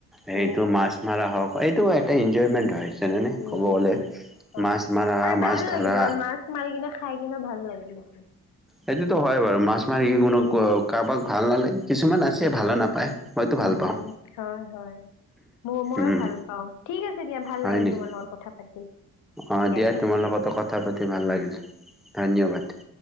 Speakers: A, in the centre; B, on the left (about 85°).
A: হেৰিটো
B: উম
A: মাছ মৰা হওক। এইটো এটা এনজয়মেণ্ট হয়। যেনেনে
B: উম
A: ক'ব গ'লে
B: উম হয়
A: মাছ মৰা,
B: আৰু
A: মাছ
B: ভাল
A: ধৰা
B: লাগে তোমাৰ মাছ মাৰি কিনে খাই কিনে ভাল লাগে বেছি।
A: সেইটোতো হয় বাৰু। মাছ মাৰি
B: উম
A: কোনো
B: উম
A: ক <unintelligible> কাৰোবাক ভাল নালাগে কিছুমান আছে ভালো নাপায়। মইতো
B: উম-উম,
A: ভাল পাওঁ
B: হয়-হয়। ম মই
A: উম
B: ভাল পাওঁ। ঠিক আছে দিয়া, ভাল
A: হয়
B: লাগিল
A: নেকি
B: তোমাৰ লগত কথা পাতি।
A: অ, দিয়া
B: থেংক
A: তোমাৰ লগতো
B: ইউ
A: কথা পাতি ভাল লাগিল, ধন্যবাদ।